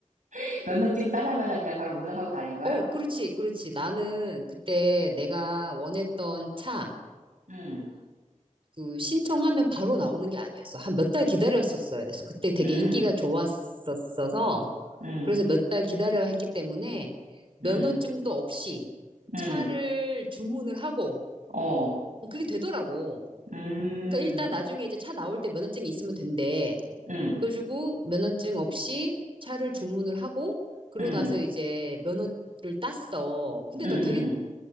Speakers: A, on the right; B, on the right.
A: <laughs> 면허증 따자마자 그냥 바로 운전하고 다닌 거야?
B: 어, 그렇지, 그렇지. 나는 그때 내가 원했던 차가
A: 음,
B: 그 신청하면 바로 나오는 게 아니었어. 한 몇 달 기다렸었어야 돼서 그때 되게
A: 음,
B: 인기가 좋았었어서
A: 음,
B: 그래서 몇 달 기다려야 했기 때문에 면허증도
A: 음,
B: 없이
A: 음.
B: 차를 주문을 하고
A: 어.
B: 어, 그게 되더라고.
A: 음,
B: 그러니까 일단 나중에 이제 차 나올 때 면허증이 있으면 된대.
A: 음,
B: 그래가지고 면허증 없이 차를 주문을 하고 그러고
A: 음,
B: 나서 이제 면허 를 땄어. 근데
A: 음, 음,
B: 나 되게
A: 음.